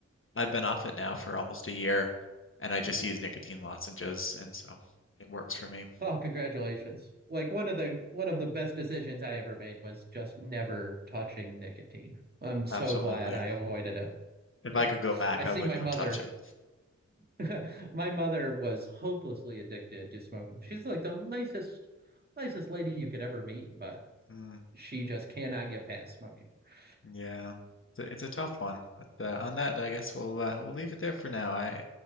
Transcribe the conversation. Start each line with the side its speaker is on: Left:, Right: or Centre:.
Left: I've been off it now for almost a year, and I just use nicotine lozenges, and so it works for me.
Right: Oh, congratulations. Like one of the one of the best decisions I ever made was just never touching nicotine. I'm so
Left: Absolutely.
Right: glad I avoided it.
Left: If
Right: Yeah.
Left: I could go back,
Right: I
Left: I
Right: see
Left: would
Right: my
Left: not
Right: mother.
Left: touch it.
Right: <laughs> My mother was hopelessly addicted to smoking. She's like the nicest, nicest lady you could ever meet, but
Left: Mm,
Right: she just cannot get past smoking. <laughs>
Left: yeah, it's a, it's a tough one. But uh, on that, I guess we'll uh, we'll leave it there for now. I